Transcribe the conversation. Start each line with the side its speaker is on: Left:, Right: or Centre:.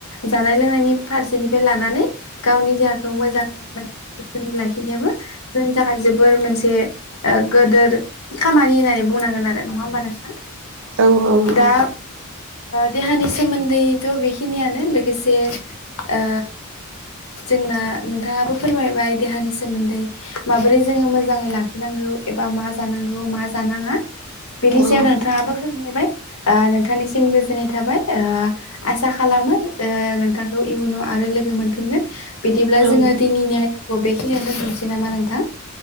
Left: जानाय लोंनायनि फारसेनिफ्राय लानानै गावनि देहाखौ मोजाङै <unintelligible> थोनै लाखिनायाबो जोंनि थाखाय जोबोर मोनसे गोदोर खामानि होननानै बुंनांगोन आरो नङा होमबा नोंथां।
Right: औ औ औ
Left: दा देहानि सोमोन्दैथ' बेखिनियानो लोगोसे ओ जोंना नोंथाङाबो फोरमायबाय देहानि सोमोन्दै माबोरै जो मोजाङै लाखिनांगौ एबा मा जानांगौ मा जानाङा बेनि
Right: औ
Left: सायाव नोंथाङाबो फोरमायबाय। ओ नोंथांनिसिम गोजोननाय थाबाय ओ आसा खालामो ओ नोंथांखौ इयुनाव आरो। लोगो मोनफिनगोन बिदिब्ला
Right: औ
Left: जोंङो दिनैनि आयदाखौ बेखिनियावनो दोनथ'नोसै नामा नोंथां।